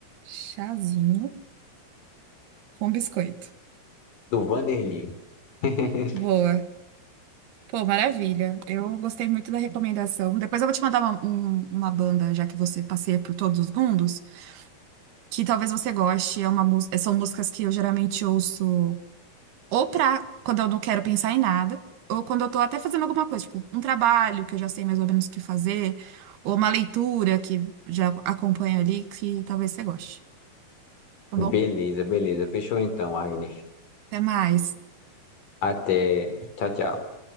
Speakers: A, on the right (about 75°); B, on the left (about 55°).
A: Chazinho com biscoito.
B: Do Vanderlei. <laughs>
A: Boa. Pô, maravilha. Eu gostei muito da recomendação. Depois eu vou te mandar uma, um- uma banda, já que você passeia por todos os mundos, que talvez você goste. É uma, mús- são músicas que eu geralmente ouço ou pra quando eu não quero pensar em nada, ou quando eu tô até fazendo alguma coisa, tipo um trabalho que eu já sei mais ou menos o que fazer, ou uma leitura que já acompanha ali, que talvez você goste. Tá
B: Beleza,
A: bom?
B: beleza. Fechou então, Agnes.
A: Até mais.
B: Até. Tchau, tchau.